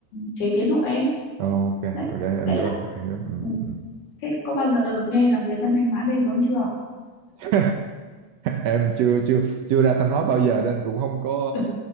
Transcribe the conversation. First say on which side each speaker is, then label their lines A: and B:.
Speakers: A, on the left; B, on the right.
A: chế biến hộ em
B: ok
A: đấy
B: ok em
A: dễ
B: hiểu
A: lắm
B: rồi em hiểu ừ,
A: ừ.
B: ừ.
A: thế có bao giờ nghe là người dân Thanh Hóa ghê gớm chưa
B: <laughs> em chưa chưa chưa ra Thanh Hóa bao giờ nên cũng không có
A: <laughs>